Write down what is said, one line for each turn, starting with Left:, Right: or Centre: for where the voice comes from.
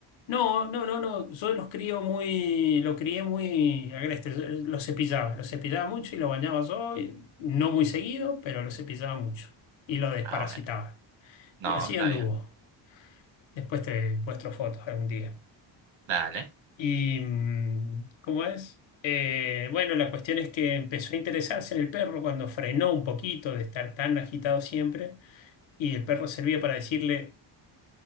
Left: No, no, no, no. Yo los crío muy, lo crié muy agreste. Yo Los cepillaba, los cepillaba mucho y lo bañaba yo, y- no muy seguido, pero lo cepillaba mucho y lo desparasitaba.
Right: Ah, bueno. No,
Left: Y así
Right: está
Left: anduvo.
Right: bien.
Left: Después te muestro fotos algún día.
Right: Dale.
Left: Y, mm, ¿cómo es? Eh, bueno, la cuestión es que empezó a interesarse en el perro cuando frenó un poquito de estar tan agitado siempre y el perro servía para decirle,